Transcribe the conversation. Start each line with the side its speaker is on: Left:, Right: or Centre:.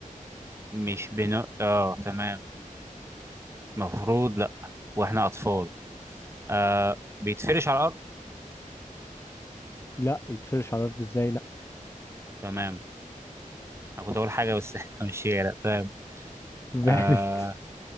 Right: مش بن اه تمام مفروض لأ واحنا أطفال آه بيتفرش على الأرض
Left: لا يتفرش على الارض ازاي لا
Right: تمام أنا كنت أقول حاجة بس <laughs> مش هي لأ تمام
Left: <laughs> بعدت
Right: اه,